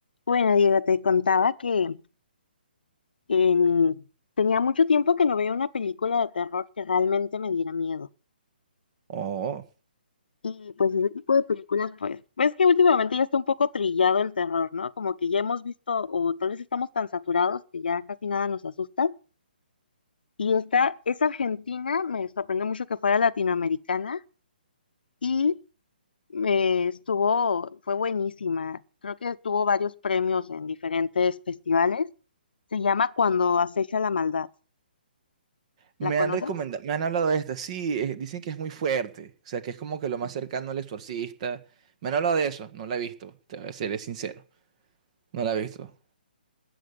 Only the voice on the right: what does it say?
Oh,
me
han recomendado, me han hablado de esta, sí, eh, dicen que es muy fuerte, o sea, que es como que lo más cercano al exorcista. Me han hablado de eso, no la he visto, te seré sincero, no la he visto.